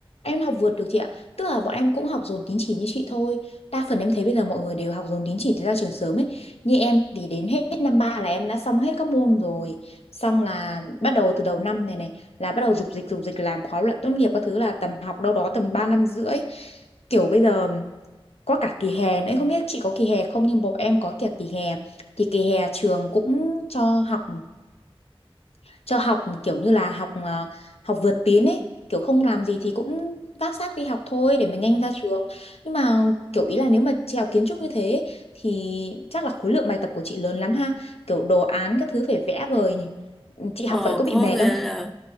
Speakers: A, on the left; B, in the centre.
A: Em học vượt được chị ạ. Tức là bọn em cũng học dồn tín chỉ như chị thôi. Đa phần em thấy bây giờ mọi người đều học dồn tín chỉ để ra trường sớm ấy. Như em thì đến hết năm ba là em đã xong hết các môn rồi. Xong là bắt đầu từ đầu năm này này là bắt đầu dục dịch dục dịch làm khóa luận tốt nghiệp các thứ là tầm học đâu đó tầm 3 năm rưỡi. Kiểu bây giờ có cả kỳ hè nữa. không biết chị có kỳ hè không nhưng bọn em có cả kỳ hè. Thì kỳ hè trường cũng cho học cho học kiểu như là học ờ, học vượt tiến ấy kiểu không làm gì thì cũng vác xác đi học thôi để mà nhanh ra trường nhưng mà kiểu ý là nếu mà chị học kiến trúc như thế ấy, thì chắc là khối lượng bài tập của chị lớn lắm ha kiểu đồ án các thứ phải vẽ vời nhỉ Ừ, chị học
B: Ờ,
A: vậy có bị
B: có
A: mệt
B: nghĩa
A: không
B: là